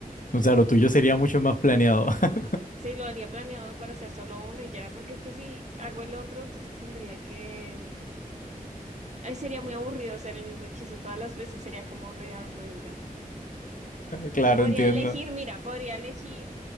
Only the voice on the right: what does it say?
Sí, lo haría planeado para hacer solo uno y ya, porque es que si hago el otro, entonces tendría que Ay, sería muy aburrido hacer el mismo hechizo todas las veces, sería como re, ah, bueno, ya.
Podría
elegir, mira, podría elegir